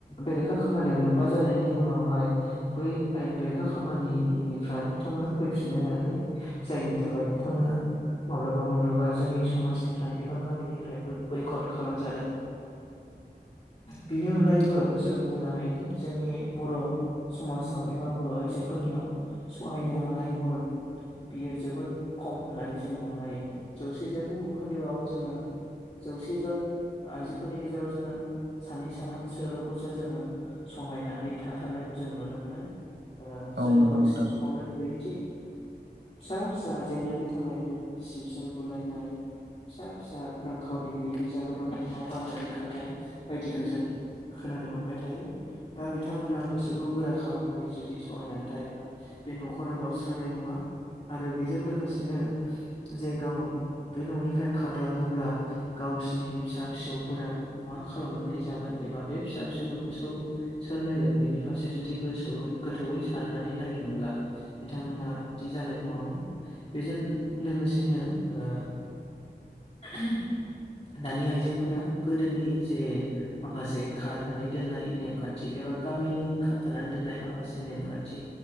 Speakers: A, on the left; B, on the right.
A: बेरेखा खामानियाव लोब्बा जानायनि उनावहाय बै आयेन बेरेखा खामानिनिफ्राय बिथांमोना फैफिन खिनो हायाखै जायनि थाखाय बिथांमोना माब्लाबा माब्लाबा जोंनि समाजनिफ्राय एबा गामिनिफ्रायबो बयखद खालामजादों। बेनि अनगायैबो जों बुंनो हायोदि जोंनि बर' समाजाव एबा बर' आइजोफोरनियाव सहायनो हानाय गुन बियो जोबोद खम होननानै जों बुंुनो हायो जौसेजों बौखोन्दोआव जोङो जौसे जन आइजोफोरनि गेजेराव जोङो सानै साथामसोल'खौसो जोङो सहायनानै थाथारनायखौ जों नुनो मोनो जोङो
B: औ नंगौ
A: बांसिन
B: नोंथां
A: समावनो बि फिसा फिसा जेंनानि थाखायनो बिसि फिसाय बुलायनाय फिसा फिसा रांखावरि गैयिनि जाहोनावनो नाव गारनानै खारनाय बायदिखौ जों खोनानो मोनबाय थायो दा बिथांमोना गोसोखौ गोरा खालामनानै जुदि सहायनानै थायोब्ला बे न'खर खरा गावस्रनाय नङा आरो बेजों लोगोसेनो जे गाव बे न'निफ्राय खारलाङोब्ला गावसिनि फिसा फिसौफोरा मा खालामनानै जागोन एबा बे फिसा फिसौफोरखौसो सोर नायगोन बिनि फारसे जुदि गोसो गोथौयै साननानै नायोमोनब्ला बिथांमोना बिदि जानाय नङामोन बेजों लोगोसेनो ओ <unintelligible> दानि आइजोफोरा गोदोनि जे माखासे खानानै दोननाय नेमखान्थि एबा गामिनि खाबथानानै दोननाय माखासे नेमखान्थि